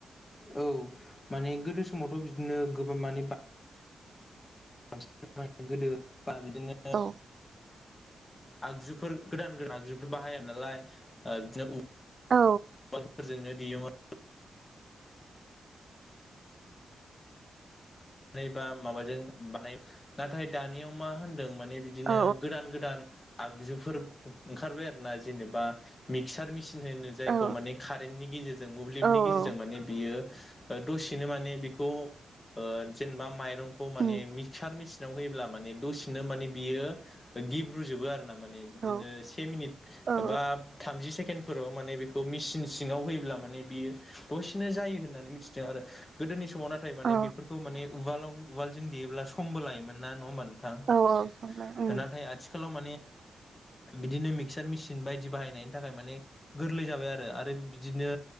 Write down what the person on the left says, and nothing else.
औ माने गोदो समावथ' बिदिनो गोबां माने बांसिन गोदो बा बिदिनो
आगजुफोर गोदान गोदान आगजुफोर बाहाया नालाय बिदिनो
उवालफोरजोंनो देयोमोन <unintelligible> बा माबाजों बानाय नाथाय दानियाव मा मा होनदों माने बिदिनो
गोदान गोदान आगजुफोर ओंखारबाय आरोना जेनेबा मिक्सार मिसिन होनो
बे खौ माने कारेन्टनि गेजेरजों मोब्लिबनि
गेजेरजों
माने बियो दसेनो माने बेखौ ओ जेनेबा माइरंखौ माने
मिक्सार मि सिनाव होयोब्ला माने दसेनो माने बियो गिब्रु जोबो आरो ना माने बिदिनो
से मिनिट
बा थामजि सेकेण्डफोराव माने बि मिसिन सिङाव होयोब्ला माने बियो दसेनो जायो होननानै मिथिदों आरो गोदोनि समाव नाथाय माने
बेफोरखौ माने उलाव उलजों देयोब्ला समबो लायोमोन नङा होमबा नों थां
नाथाय आथिखालाव बिदिनो मिक्चार मेसिन बायदि बाहायनायनि थाखाय माने गोरलै जाबाय आरो बिदिनो